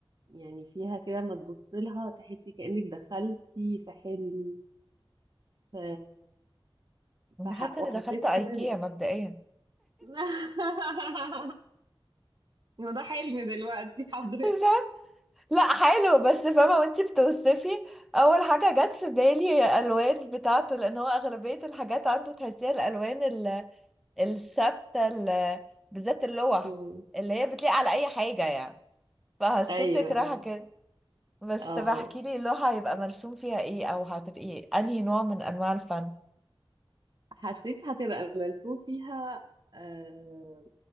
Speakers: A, on the right (about 45°); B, in the centre.
A: يعني فيها كده ما تبص لها تحسي كأنك دخلتي في حلم ف...
B: أنا
A: فح...
B: حاسة
A: وحسيت
B: اني دخلت ايكيا
A: كده
B: مبدئيا
A: <laughs> ما ده حلم دلوقتي حضرتك
B: بالظبط. لا حلو بس فاهمة وانتي بتوصفي أول حاجة جت في بالي هي الألوان بتاعته لأن هو أغلبية الحاجات عنده تحسيها الألوان ال- الثابتة ال- بالذات اللوح
A: مم.
B: اللي هي بتليق على أي حاجة يعني فحسيتك
A: ايوه
B: رايحة
A: ايوه
B: كده بس
A: اه
B: طب احكي لي اللوحة هيبقى مرسوم فيها ايه أو هتبقي أنهي نوع من أنواع الفن
A: حسيت هتبقى مرسوم فيها آه،